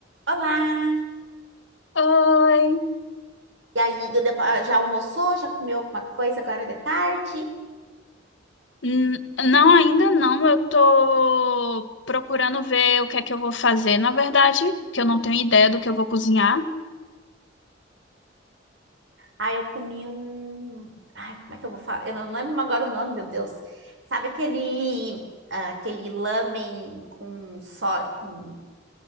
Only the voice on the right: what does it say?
Olá!
E aí, eu depo- ah, já almoçou? Já comeu alguma coisa agora de tarde?
Ah, eu comi um. Ai, como é que eu vou falar? Eu não lembro agora o nome, meu Deus. Sabe aquele, ah, aquele lamen com so com